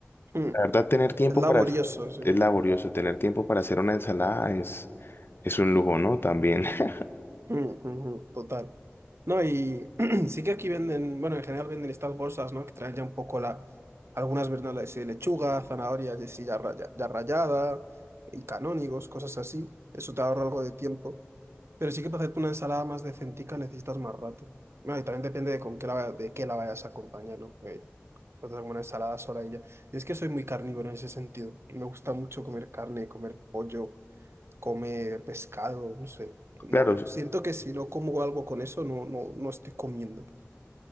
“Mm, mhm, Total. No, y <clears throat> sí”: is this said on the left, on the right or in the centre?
Right